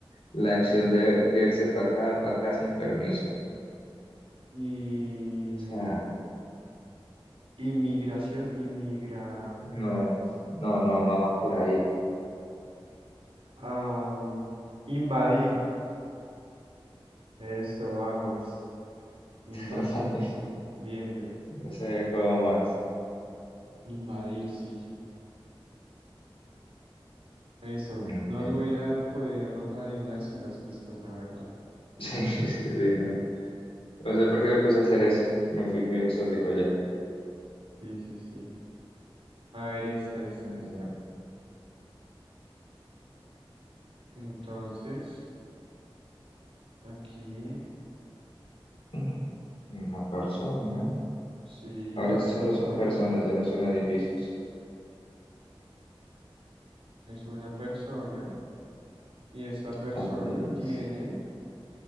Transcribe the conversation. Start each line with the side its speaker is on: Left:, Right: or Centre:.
Left: la acción
Right: Y,
Left: de irse para acá, para acá sin permiso.
Right: y
Left: O sea,
Right: Inmigración, inmigra.
Left: no, no, no, no va por ahí.
Right: am, invadir. Eso, vamos. Invasión,
Left: <laughs>
Right: sí. Bien, bien.
Left: No sabía cómo más.
Right: Invadir, sí. Eso.
Left: Ok.
Right: No lo hubiera podido adivinar sin las pistas, la verdad.
Left: Sí, <laughs> sí, sí, no. No sé por qué me puse a hacer eso. Me fui muy exótico ya.
Right: Sí, sí, sí. A ver, esta, esta,
Left: A
Right: esta.
Left: ver,
Right: Entonces, aquí,
Left: <clears throat> Una persona.
Right: sí,
Left: Ahora
Right: una
Left: solo
Right: persona.
Left: son personas, ya no son edificios.
Right: Es una persona. Y esta persona
Left: Está feliz.
Right: tiene.